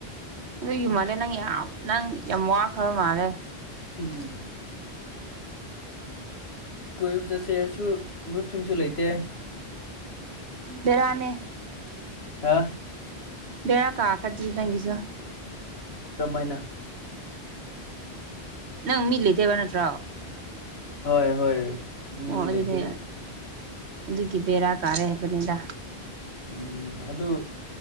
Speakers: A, on the right; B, on the left.
A: ꯅꯒꯤ ꯃꯥꯜꯂꯦ ꯅꯪ ꯌꯥꯝ ꯅꯪ ꯌꯥꯝ ꯋꯥꯈ꯭ꯔꯕ ꯃꯥꯜꯂꯦ
B: ꯎꯝ ꯀꯣꯏꯕꯗ ꯆꯦꯌꯔꯁꯨ ꯃꯔ꯭ꯔꯨꯞꯁꯤꯡꯁꯨ ꯂꯩꯇꯦ
A: ꯕꯤꯔꯅꯦ
B: ꯍꯥ
A: ꯕꯦꯔ ꯀꯥ ꯈꯗꯤ ꯇꯪꯒꯤꯁꯨ
B: ꯃꯥꯏꯅꯥ
A: ꯅꯪꯃꯃꯤꯠꯂꯇꯕꯅꯠꯇ꯭ꯔꯣ
B: ꯍꯣꯏ ꯍꯣꯏ ꯃꯤ
A: ꯑꯣ ꯑꯗꯨꯗꯤ
B: ꯂꯩꯇꯕ
A: ꯑꯗꯨꯒꯤ ꯕꯦꯔꯥ ꯀꯥꯔꯦ ꯍꯥꯏꯕꯅꯤꯗ
B: ꯎꯝ ꯑꯗꯨꯗ